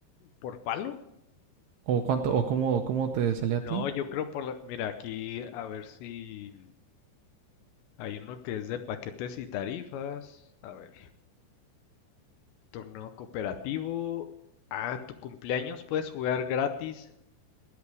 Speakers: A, on the left (about 80°); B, on the right (about 80°).
A: ¿por palo?
B: ¿O cuánto? ¿O cómo, cómo te salía a
A: No,
B: ti?
A: yo creo por la... Mira, aquí a ver si hay uno que es de paquetes y tarifas. A ver. torneo cooperativo. Ah, en tu cumpleaños puedes jugar gratis.